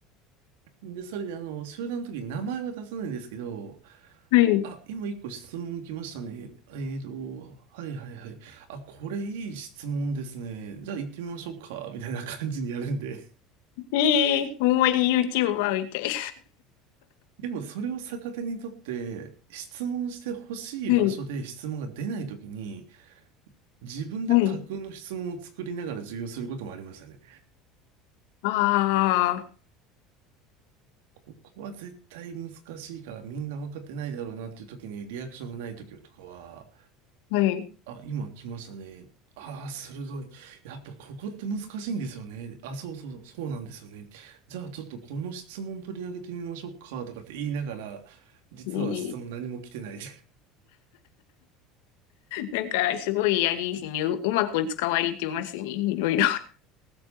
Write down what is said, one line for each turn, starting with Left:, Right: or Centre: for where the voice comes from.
Right: で、それであの、集団の時に名前は出さないんですけど、
Left: はい。
Right: あ、今一個質問来ましたね。えーと、はいはいはい。あ、これいい質問ですね。じゃあ行ってみましょうか。みたいな感じにやるんで。
Left: ええほんまに YouTuber みたい。
Right: でもそれを逆手にとって、質問してほしい場所で質問が出ないときに、
Left: <laughs> はい。
Right: 自分で架空の質問を作りながら授業することもありましたね。
Left: はい。あ
Right: ここは絶対難しいからみんな分かってないだろうなっていうときにリアクションがないときとかは、
Left: あ、はい。
Right: あ、今来ましたね。ああ、鋭い。やっぱここって難しいんですよね。あ、そうそうそう、そうなんですよね。じゃあちょっとこの質問取り上げてみましょうかとかって言いながら、実は質問何も来てない。
Left: ね、
Right: <laughs> い
Left: なんか、すごい、やりですね。う、うまく使われてますね。いろいろ。